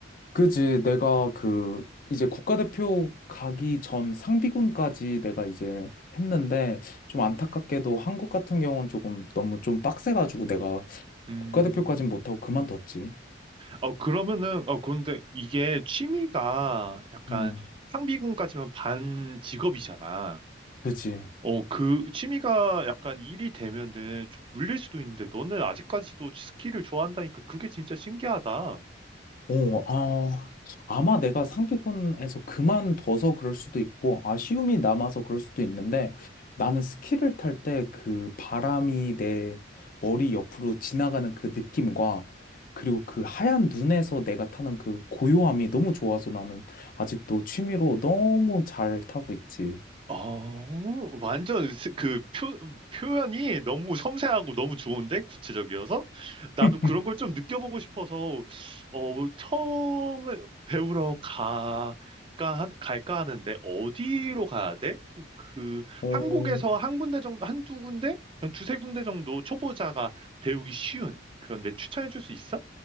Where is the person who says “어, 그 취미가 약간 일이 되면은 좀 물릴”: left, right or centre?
Right